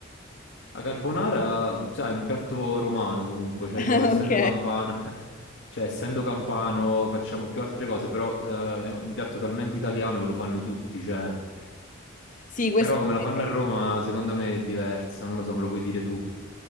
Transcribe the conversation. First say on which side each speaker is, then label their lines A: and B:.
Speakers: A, on the left (about 60°); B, on the left (about 40°).
A: La carbonara, sai, è un piatto romano comunque, cioè
B: <laughs>
A: io essendo
B: Ok.
A: campano, <laughs> cioè essendo campano facciamo più altre cose, però eh, è un piatto talmente italiano che lo fanno tutti, cioè...
B: Sì, questo
A: Però come
B: è
A: la fanno
B: vero.
A: a Roma, secondo me è diversa, non lo so, me lo puoi dire tu. <laughs>